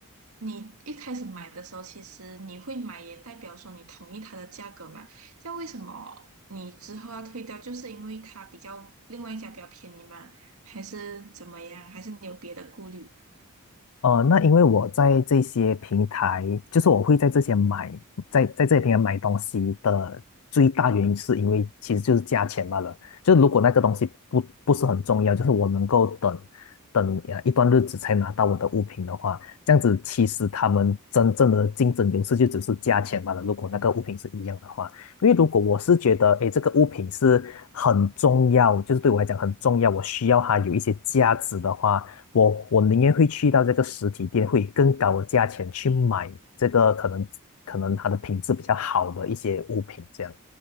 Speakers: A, on the right; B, on the left.
A: 你一开始买的时候，其实你会买也代表说你同意它的价格嘛，这样为什么你之后要退掉？就是因为它比较另外一家比较便宜吗？还是怎么样？还是你有别的顾虑？
B: 呃，那因为我在这些平台，就是我会在这些买，在在这些平台买东西的最大原因，是因为其实就是价钱罢了。就如果那个东西不不是很重要，就是我能够等等呃一段日子才拿到我的物品的话，这样子其实他们真正的竞争优势就只是价钱罢了。如果那个物品是一样的话，因为如果我是觉得，诶，这个物品是很重要，就是对我来讲很重要，我需要它有一些价值的话。我我宁愿会去到这个实体店，会以更高的价钱去买这个可能可能它的品质比较好的一些物品这样。